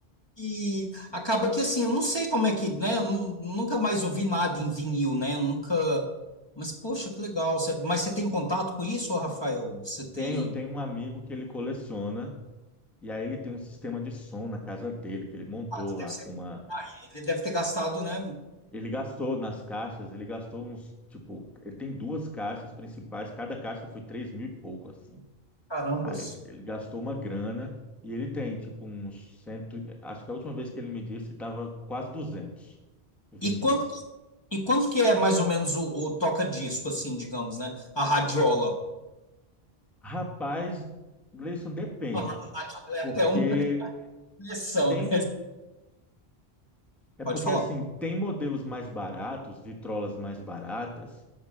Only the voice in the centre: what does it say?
Tenho, tenho um amigo que ele coleciona, e aí ele tem um sistema de som na casa dele, que ele montou
lá
com uma
Ele gastou nas caixas, ele gastou uns, tipo, ele tem duas caixas principais, cada caixa foi três mil e pouco, assim.
Aí ele gastou uma grana e ele tem, tipo, uns cento, acho que a última vez que ele me disse estava quase duzentos. vinis.
Rapaz, Gleison, depende,
porque
tem,
é
porque
assim, tem modelos mais baratos, vitrolas mais baratas,